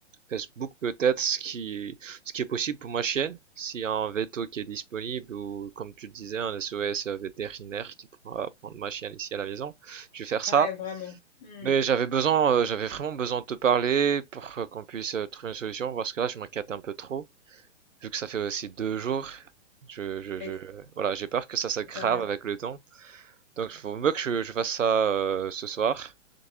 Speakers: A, on the right (about 85°); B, on the left (about 35°).
A: Facebook peut-être ce qui ce qui est possible pour ma chienne, s'il y a un veto qui est disponible ou comme tu le disais un SOS vétérinaire qui pourra prendre ma chienne ici à la maison. Je vais faire ça.
B: ouais, vraiment. Hmm.
A: Mais j'avais besoin, euh, j'avais vraiment besoin de te parler pour que- qu'on puisse euh, trouver une solution parce que là je m'inquiète un peu trop vu que ça fait aussi deux jours. Je, je, je,
B: Et
A: voilà, j'ai peur que ça s'aggrave
B: t'as raison.
A: avec le temps. Donc, il faut mieux que je, je fasse ça euh, ce soir.